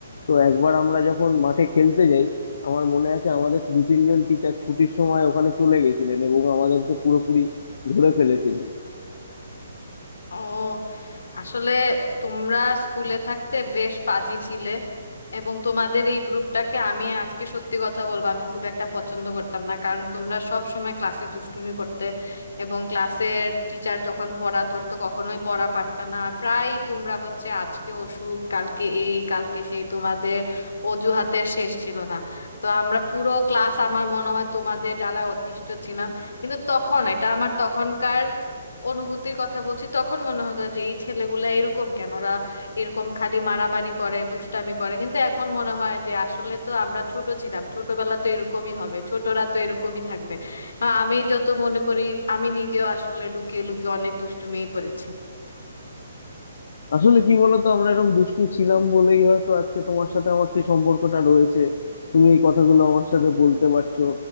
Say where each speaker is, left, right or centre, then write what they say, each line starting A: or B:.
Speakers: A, on the left; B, on the left.
A: তো একবার আমরা যখন মাঠে খেলতে যাই আমার মনে আছে আমাদের দু তিনজন টিচার ছুটির সময় ওখানে চলে গেছিলেন এবং আমাদেরকে পুরোপুরি ধরে ফেলেছিলেন
B: ও আসলে তোমরা স্কুলে থাকতে বেশ পাজি ছিলে এবং তোমাদের এই গ্রুপটাকে আমি আজকে সত্যি কথা বলবো আমি খুব একটা পছন্দ করতাম না কারণ তোমরা সব সময় ক্লাসে দুষ্টুমি করতে এবং ক্লাসের টিচার যখন পড়া ধরতো কখনোই পড়া পারতা না আর প্রায় তোমরা হচ্ছে আজকে অসুখ কালকে এই কালকে সেই তোমাদের অজুহাতের শেষ ছিল না তো আমরা পুরো ক্লাস আমার মনে হয় তোমাদের জ্বালায় অতিষ্ঠ ছিলাম কিন্তু তখন এটা আমার তখনকার অনুভূতির কথা বলছি তখন মনে হতো যে এই ছেলেগুলা এরকম কেন ওরা এরকম খালি মারামারি করে দুষ্টামি করে কিন্তু এখন মনে হয় যে আসলে তো আমরা ছোট ছিলাম ছোটবেলা তো এরকমই হবে ছোটরা তো এরকমই থাকবে আহ, আমি যত মনে করি আমি নিজেও আসলে লুকিয়ে লুকিয়ে অনেক দুষ্টুমি করেছি
A: আসলে কি বলতো আমরা এরকম দুষ্টু ছিলাম বলেই হয়তো আজকে তোমার সাথে আমার সেই সম্পর্কটা রয়েছে তুমি এই কথাগুলো আমার সাথে বলতে পারছো